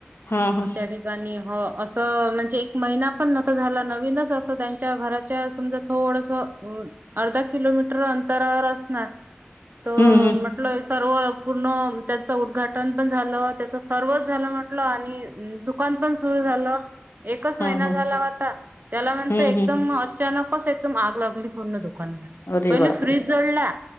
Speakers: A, on the left (about 75°); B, on the right (about 50°).
A: हा हा
B: त्या ठिकाणी. हो अस म्हणजे एक महिना पण नव्हता झाला नवीनच अस त्यांच्या घराच्या समजा थोडस अ अर्धा किलोमीटर अंतरावर असणार. त
A: हम्म हम्म
B: म्हटल सर्व पूर्ण त्याच उद्घाटन पण झाल. त्याच सर्वच झाल म्हटल. म्हटल आणि दुक दुकान पण सुरू झाल. एकच
A: हा
B: महिना
A: हा
B: झाला होता. त्याला म्हण
A: हम्म
B: एकदम
A: हम्म
B: अचानक कस एकदम आग लागली पूर्ण दुकानला.
A: अरे
B: पहिले
A: बापरे
B: फ्रीज जळला.